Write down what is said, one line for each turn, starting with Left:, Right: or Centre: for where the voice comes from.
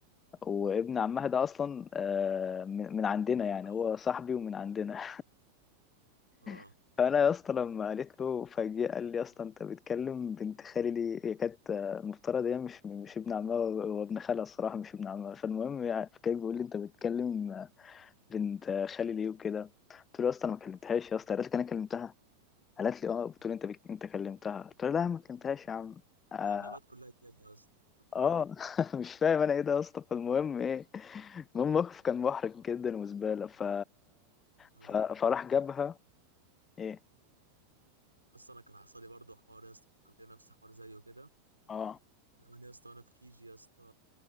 Left: وابن عمها ده اصلا آه، من من عندنا يعني
Right: اه
Left: هو صاحبي ومن عندنا
Right: اه
Left: <laughs> فانا يا اسطى لما قالت له فجأة قال لي يا اسطى انت بتكلم بنت خالي ليه هي كانت آه، المفترض هي مش مش ابن عمها هو هو ابن خالها الصراحه مش ابن عمها فالمهم يعني كان بيقول لي انت بتكلم بنت خالي ليه وكده قلت له يا اسطى انا ما كلمتهاش يا اسطى قالت لك انا كلمتها قالت لي اه بتقول انت بك... انت كلمتها قلت لها لا ما كلمتهاش يا عم اه
Right: ايام بات كلها كده يا اسطى بات
Left: <laughs>
Right: كلها
Left: آه.
Right: كده
Left: مش فاهم انا ايه ده يا اسطى فالمهم ايه المهم الموقف كان محرج جدا وزباله ف...
Right: آه،
Left: ف... فراح
Right: بالظبط.
Left: جابها ايه
Right: بس انا كان حصل لي برضه حوار يا اسطى فكرتني نفس حوار زيه كده
Left: اه
Right: زمان يا اسطى وانا في كيجي يا اسطى